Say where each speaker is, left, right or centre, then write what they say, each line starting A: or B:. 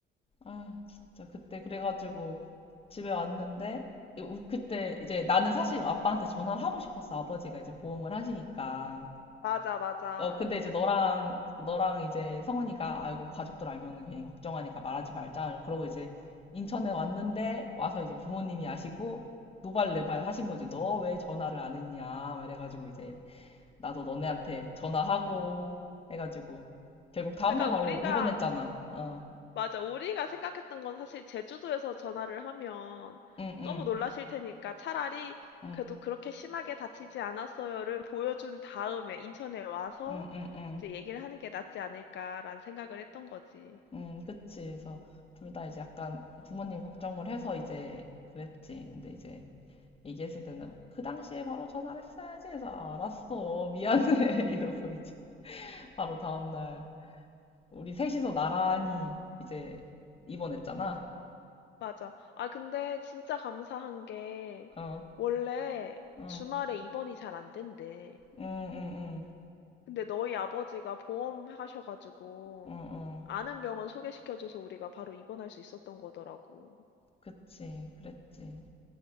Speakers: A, on the left; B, on the left.
A: 아, 진짜 그때 그래가지고 집에 왔는데 이- 우- 그때 이제 나는 사실 아빠한테 전화를 하고 싶었어. 아버지가 이제 보험을 하시니까.
B: 맞아, 맞아.
A: 어, 근데 이제 너랑 너랑 이제 성훈이가 아이고 가족들 알면은 괜히 걱정하니까 말하지 말자. 그러고 이제 인천에 왔는데 와서 이제 부모님이 아시고 노발레발 하신 거지. 너 왜 전화를 안 했냐? 막 이래가지고 이제 나도 너네한테 전화하고 해가지고 결국 다음날
B: 그러니까
A: 바로
B: 우리가,
A: 입원했잖아. 어,
B: 맞아, 우리가 생각했던 건 사실 제주도에서 전화를 하면
A: 응, 응,
B: 너무 놀라실 테니까 차라리
A: 응,
B: 그래도 그렇게 심하게 다치지 않았어요를 보여준 다음에 인천에 와서
A: 응, 응, 응,
B: 이제 얘기를 하는 게 낫지 않을까라는 생각을 했던 거지.
A: 응, 그치. 그래서 둘다 이제 약간 부모님 걱정을 해서 이제 그랬지. 근데 이제 얘기했을 때는 그 당시에 바로 전화를 했어야지 해서 아, 알았어, 미안해 <laughs> 이러고 이제 바로 다음날 우리 셋이서 나란히 이제 입원했잖아.
B: 맞아. 아, 근데 진짜 감사한 게
A: 어,
B: 원래
A: 어,
B: 주말에 입원이 잘 안 된대.
A: 응, 응, 응,
B: 근데 너희 아버지가 보험 하셔가지고
A: 응, 응,
B: 아는 병원 소개시켜줘서 우리가 바로 입원할 수 있었던 거더라고.
A: 그치, 그랬지.